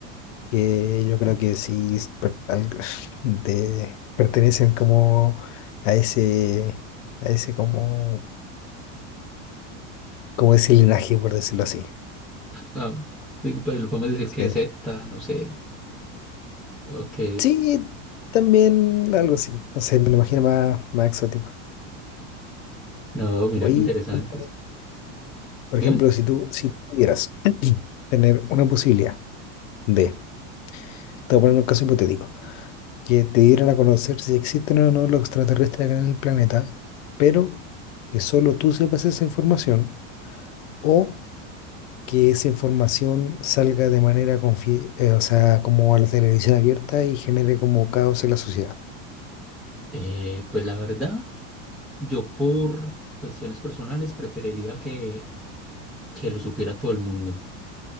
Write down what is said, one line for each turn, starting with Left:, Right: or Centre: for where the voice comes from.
Left: que yo creo que sí es per- al- <laughs> de- pertenecen como a ese, a ese como como ese linaje, por decirlo así.
Centre: Ah, sí, pero lo podemos decir
Left: Sí.
Centre: que es Z, no sé. Ok.
Left: Sí, también algo así. No sé, me lo imagino más, más exótico.
Centre: No, mira
Left: Oye,
Centre: qué interesante.
Left: cuenta,
Centre: sí.
Left: por
Centre: Dime.
Left: ejemplo, si tú, si tú pudieras tener una posibilidad de, te voy a poner un caso hipotético, que te dieran a conocer si existen o no los extraterrestres acá en el planeta, pero que solo tú sepas esa información o que esa información salga de manera confi- eh, o sea, como a la televisión abierta y genere como caos en la sociedad.
Centre: Eh, pues la verdad, yo por cuestiones personales preferiría que, que lo supiera todo el mundo.